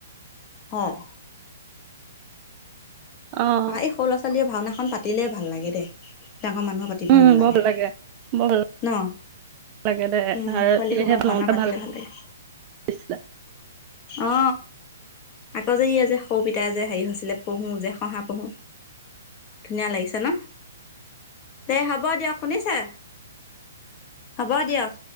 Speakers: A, on the left (about 30°); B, on the right (about 30°).
A: হয়।
B: অ',
A: এই সৰু ল'ৰা ছোৱালীয়ে ভাওনাখন পাতিলে ভাল লাগে দেই ডাঙৰ মানুহো পাতিব
B: উম,
A: নালাগে।
B: বৰ ভাল লাগে বৰ ভাল
A: ন,
B: লাগে দে
A: উম
B: আৰু
A: পোৱালি
B: তেতিয়াহে
A: খবা ভাওনা
B: লওঁতে
A: পাতিলে ভাল লাগে।
B: লাগিছে।
A: অ। আকৌ যে ই আ যে সৰু পিতাই যে হেৰি হৈছিলে পহু যে শহা পহু ধুনীয়া লাগিছে ন। দে হ'ব দিয়ক শুনিছে। হ'বা দিয়ক।